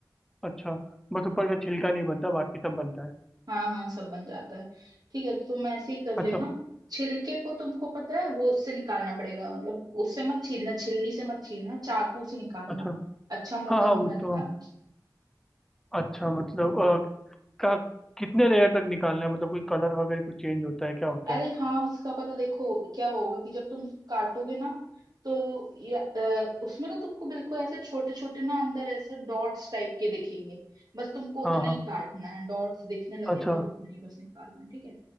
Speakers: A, in the centre; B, on the right.
A: अच्छा बस ऊपर का छिलका नहीं बनता बाकी सब बनता है
B: हाँ हाँ सब बन जाता है ठीक है तो तुम ऐसे ही कर लेना
A: अच्छा
B: छिलके को तुमको पता है वो उससे निकालना पड़ेगा मतलब उससे मत छीलना छिलनी से मत छीलना चाकू से निकालना
A: अच्छा
B: अच्छा मोटा
A: हाँ हाँ
B: मोटा
A: वो
B: निकालना
A: तो अच्छा मतलब अ, का कितने लेयर तक निकालना है मतलब कोई कलर वगैरह कुछ चेंज होता है क्या होता
B: अरे
A: है
B: हाँ उसका पता देखो क्या होगा कि जब तुम उसको काटोगे ना तो या, अ, उसमें ना तुमको बिल्कुल ऐसे छोटे छोटे ना अंदर ऐसा डॉट्स टाइप के दिखेंगे बस तुमको उतना
A: हाँ हाँ
B: ही काटना है डॉट्स दिखने लगे
A: अच्छा
B: तब उतना ही बस निकालना है ठीक है